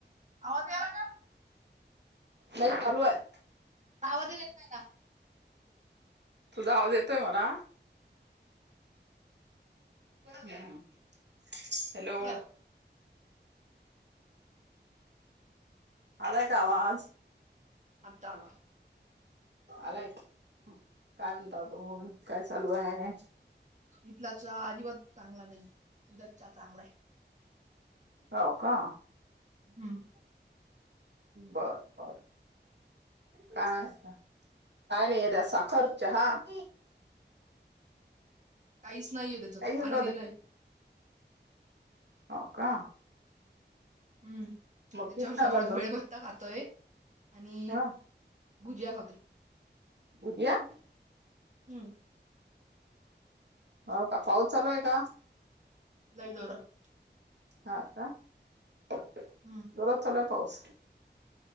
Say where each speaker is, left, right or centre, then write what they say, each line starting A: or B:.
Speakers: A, on the right; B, on the right.
A: आवाज यायला का?
B: सही <unintelligible> त तारु आहे.
A: आवाजच येत नाही ना.
B: तुझा आवाज येतोय मला. <unintelligible> हॅलो.
A: गेला
B: आलाय का आवाज?
A: आता आला.
B: आलाय. काय म्हणता? दादोबा काय चालू आहे?
A: इथला चहा अजिबात चांगला नाहीय. तुझा चहा चांगलाय.
B: होव का.
A: हम्म
B: बर, बर काय असतं? काय नाही येत. साखर चहा <unintelligible> <unintelligible>
A: काहीच नाहीये त्याच्यात
B: आई राहू
A: पाणी दिलंय.
B: दे. हो का.
A: हम्.
B: मग
A: त्याच्याच
B: घेत ना
A: जवळ
B: का ग
A: भेळभत्ता खातोय. आणि
B: हा
A: भुजिया खातोय.
B: बुद्या.
A: हम्म.
B: हो का पाऊस चालू हाय का?
A: लई जोरात.
B: हा का दररोज
A: हम्म
B: चालूय पाऊस.